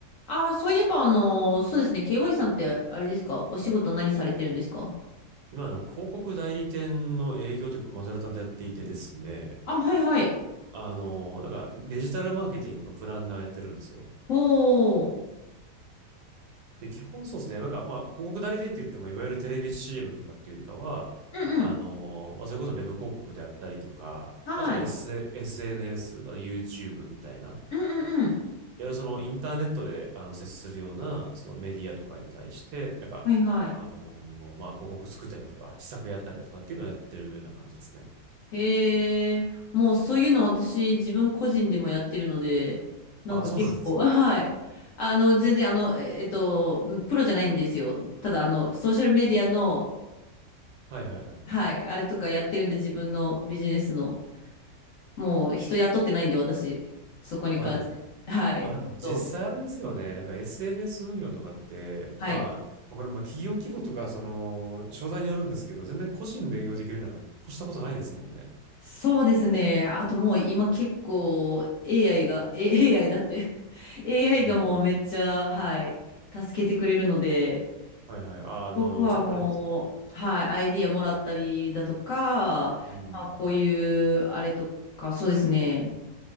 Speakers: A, on the left; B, on the right.
A: ああ、そういえば、あのーそうですね。KY さんって、あれですかお仕事何されてるんですか
B: 今、あの、広告代理店の営業というかコンサルタントやっていてですね、
A: あ、はいはい。
B: ああの、なんかデジタルマーケティングのプランナーやってるんですよ。
A: おー。
B: で、基本そうですね、なんかまあ、広告代理店って言っても、いわゆるテレビ CM とかっていうよりかは、
A: うんうん。
B: あの、まあ、それこそウェブ広告であったりとか、
A: はい。
B: あと S、SNS、あと YouTube みたいな、いわ
A: うんうんうん。
B: ゆるそのインターネットであの接するようなそのメディアとかに対して、なんか、
A: はいはい。
B: あの、まあ、広告作ったりだとか、施策やったりだとかっていうのをやってるような感じですね。
A: へえ。もうそういうの私、自分個人でもやってるので、なんか結構、
B: あ、そうなんですね。
A: <laughs> はい。あの、全然、あの、ええっと、プロじゃないんですよ。ただ、あの、ソーシャルメディアの、
B: はいはいはい。
A: はい、あれとかやってるんで、自分のビジネスの。もう、人雇ってないんで、私。そこに関して。
B: まあでも、
A: はい。
B: まあでも実際あれですよね。
A: えっと
B: なんか SNS 運用とかって、
A: はい。
B: まあ、これまあ企業規模とか、その、商材によるんですけど、全然個人で運用できるなら、越したことないですもんね。
A: そうですね。あともう今結構 AI が、え AI だって <laughs> AI
B: うん。
A: がもうめっちゃ、はい、助けてくれるので、
B: はいはい。あ、あの、
A: 僕はもう、
B: じゃ、あれです。
A: はい、アイディアもらったりだとか、
B: うん。
A: まあこういうあれとか、そうですね。